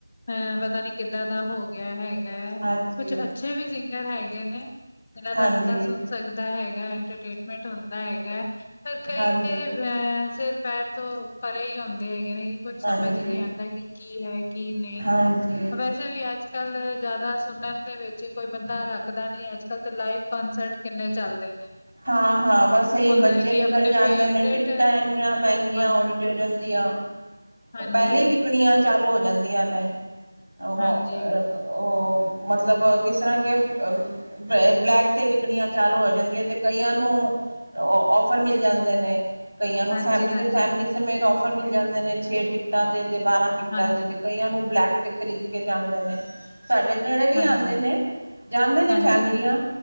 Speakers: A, on the left; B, on the right.
A: ਅ ਪਤਾ ਨੀ ਕਿੱਦਾਂ ਦਾ ਹੋ ਗਿਆ ਹੈਗਾ। ਹੈਗਾ,
B: ਹਾਂਜੀ
A: ਕੁਛ ਅੱਛੇ ਵੀ ਸਿੰਗਰ ਹੈਗੇ ਨੇ, ਜਿਨਾਂ
B: ਹਾਂਜੀ
A: ਦਾ ਬੰਦਾ ਸੁਣ ਸਕਦਾ। ਹੁੰਦਾ ਹੈਗਾ ਇੰਟਰਟੇਨਮੈਂਟ ਹੁੰਦਾ ਹੈਗਾ ਪਰ ਕਈ
B: ਹਾਂਜੀ
A: ਤੇ ਅ ਪੈਰ ਤੋਂ ਪਰੇ ਹੀ ਹੁੰਦੇ ਹੈਗੇ ਨੇ। ਕੁਛ ਸਮਝ
B: ਹਾਂਜੀ
A: ਹੀ ਨਹੀਂ ਆਂਉਦਾ, ਕਿ ਕੀ ਹੈ ਕੀ ਨਹੀਂ
B: ਹਾਂਜੀ
A: ਵੈਸੇ ਕਿਸੇ ਵੀ ਅੱਜ ਕੱਲ੍ਹ ਜ਼ਿਆਦਾ ਸੁਣਨ ਦੇ ਵਿੱਚ ਕੋਈ ਬੰਦਾ ਰੱਖਦਾ ਨਹੀਂ ਅੱਜ ਕੱਲ੍ਹ ਤਾਂ ਲਾਈਵ ਕੰਨਸਰਟ। ਕਿੰਨੇ ਚੱਲਦੇ ਨੇ।
B: ਹਾਂ- ਹਾਂ ਬਸ ਇਹੀ
A: ਹੁੰਦਾ
B: ਬੱਚੇ
A: ਹੈ ਕਿ
B: ਨਿਕਲ
A: ਆਪਣੇ
B: ਜਾਂਦੇ
A: ਫੇਵਰੇਟ
B: ਨੇ ਟਿਕਟਾਂ ਇੰਨੀਆਂ ਮਹਿੰਗੀਆਂ
A: ਹਾਂਜੀ
B: ਓਡੀਟੋਰੀ ਰਹਿੰਦੀਆ। ਉਹ
A: ਹਾਂਜੀ
B: ਪਹਿਲੇ ਵਿਕਣੀਆਂ ਚਾਲੂ ਹੋ ਜਾਂਦੀਆਂ ਨੇ ਅ
A: ਹਾਂਜੀ
B: ਉਹ ਮਤਲਬ, ਕਿਸ ਤਰ੍ਹਾਂ ਕੇ ਅ ਬਲੈਕ ਵਿਕਣੀਆਂ ਚਾਲੂ ਹੋ ਜਾਂਦੀਆਂ ਤੇ ਕਈਆਂ ਨੂੰ ਔਫਰ ਮਿਲ ਜਾਂਦੇ ਨੇ। ਕਈਆਂ ਨੂੰ
A: ਹਾਂਜੀ
B: ਫੈਮਲੀ
A: ਹਾਂਜੀ
B: ਦੇ ਫੈਮਲੀ ਸਮੇਂਤ ਔਫਰ ਮਿਲ ਜਾਂਦੇ ਨੇ ਛੇ ਟਿਕਟਾਂ ਤੇ ਤੇ ਬਾਰਾਂ ਟਿਕਟਾਂ
A: ਹਾਂਜੀ
B: ਤੇ। ਕਈਆਂ ਨੂੰ ਬਲੈਕ ਤੇ ਖਰੀਦ ਤੇ ਜਾਂਦੇ ਨੇ, ਸਾਡੇ ਨੇੜੇ ਵੀ
A: ਹਾਂਜੀ
B: ਆਉਦੇ ਨੇ ਜਾਂਦੇ ਨੇ
A: ਹਾਂਜੀ
B: ਫੈਮਲੀਆਂ।